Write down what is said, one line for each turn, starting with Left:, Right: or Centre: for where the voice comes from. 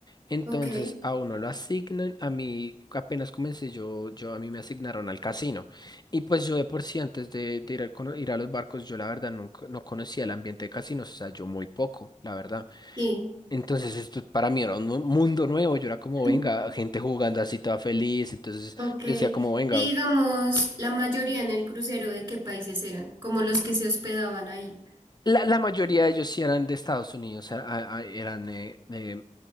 Left: Entonces
Right: ok,
Left: a uno lo asignan, a mí apenas comencé, yo, yo a mí me asignaron al casino. Y pues yo de por sí antes de, de ir, al cono- ir a los barcos, yo la verdad nunca, no conocía el ambiente de casinos, o sea, yo muy poco, la verdad.
Right: sí.
Left: Entonces esto para mí era un mu- mundo nuevo, yo era como,
Right: <laughs>
Left: venga, gente jugando así toda feliz, entonces
Right: Ok.
Left: yo decía como, venga,
Right: Y digamos, la mayoría en el crucero, ¿de qué países eran? Como los que se hospedaban ahí.
Left: la, la mayoría de ellos sí eran de Estados Unidos, a- a- a- eran eh, eh,